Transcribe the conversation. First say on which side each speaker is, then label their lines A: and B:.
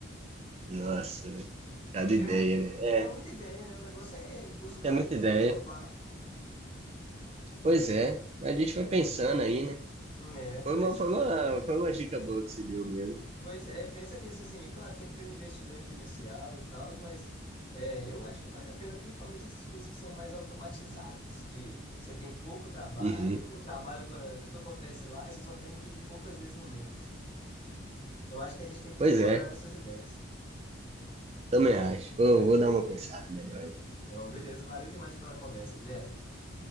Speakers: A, on the right; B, on the left.
A: Nossa, velho. Cada
B: Tem
A: ideia,
B: muito,
A: né? É,
B: tem muita ideia, né? O negócio é buscar
A: tem muita
B: mesmo
A: ideia.
B: e inovar.
A: Pois é, a gente vai pensando aí, né?
B: Hum, É,
A: Foi
B: mas,
A: uma, foi uma, foi uma dica boa que você deu mesmo.
B: pois é, pensa nisso, assim, E claro, tem que ter um investimento inicial e tal, mas é, eu acho que vale a pena, principalmente essas coisas que são mais automatizadas, que você tem pouco trabalho,
A: Uhum.
B: o trabalho, agora- tudo acontece lá e você só tem que ir poucas vezes no mês, assim. Então, acho que a gente tem que
A: Pois
B: explorar
A: é,
B: essas ideias,
A: também acho. Vou,
B: né?
A: vou dar uma pensada melhor aí.
B: Não, beleza, valeu demais pela conversa, Guilherme.